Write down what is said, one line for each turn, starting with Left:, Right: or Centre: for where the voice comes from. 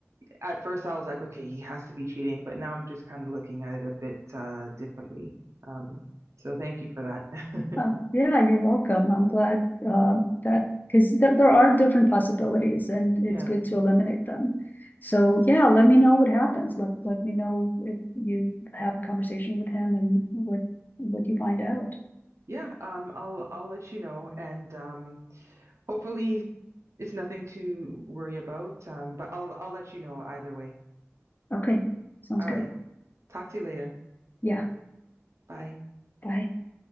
Right: at first I was like, okay, he has to be cheating, but now I'm just kind of looking at it a bit uh, differently. Um, so thank you for that.
Left: Oh, yeah, you're welcome. I'm glad um, that because there, there are different possibilities and it's
Right: <laughs> Yeah.
Left: good to eliminate them. So yeah, let me know what happens. Let let me know if you have a conversation with him and what what you find out.
Right: Yeah, um, I'll I'll let you know, and um, hopefully it's nothing to worry about. Um, but I'll I'll let you know either way.
Left: Okay, sounds
Right: All
Left: good.
Right: right, talk to you later.
Left: Yeah,
Right: Bye.
Left: bye.